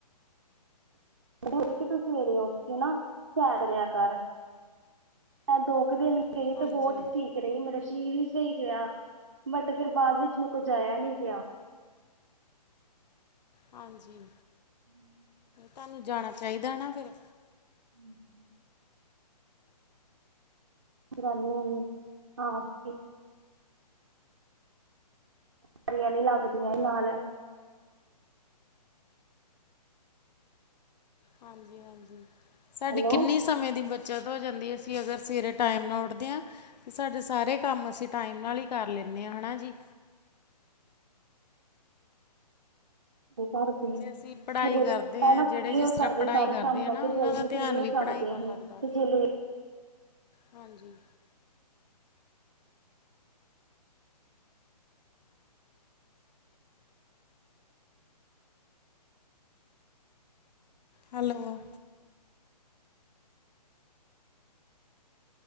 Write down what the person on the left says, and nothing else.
ਹਾਂਜੀ
ਹਾਂਜੀ
ਤੁਹਾਨੂੰ ਜਾਣਾ ਚਾਹੀਦਾ ਨਾ ਫੇਰ
ਹਾਂਜੀ, ਹਾਂਜੀ,
ਸਾਡੀ ਕਿੰਨੀ ਸਮੇਂ ਦੀ ਬ ਜਦੋਂ ਹੋ ਜਾਂਦੀ, ਅਸੀਂ ਅਗਰ ਸਵੇਰੇ ਟਾਈਮ ਨਾ ਉੱਠਦੇ ਆ ਤੇ ਸਾਡੇ ਸਾਰੇ ਕੰਮ ਅਸੀਂ ਟਾਈਮ ਨਾਲ ਹੀ ਕਰ ਲੈਂਨੇ ਆ ਹਨਾ ਜੀ।
ਜੇ ਅਸੀਂ ਪੜ੍ਹਾਈ ਕਰਦੇ ਹਾਂ ਜਿਹੜੇ
ਜਿਸ
ਤਰ੍ਹਾਂ
ਪੜ੍ਹਾਈ
ਕਰਦੇ
ਆ ਨਾ ਉਹਨਾਂ
ਦਾ ਧਿਆਨ
ਵੀ
ਪੜ੍ਹਾਈ ਵੱਲ
ਲੱਗਦਾ
ਹਾਂਜੀ, ਹੈਲੋ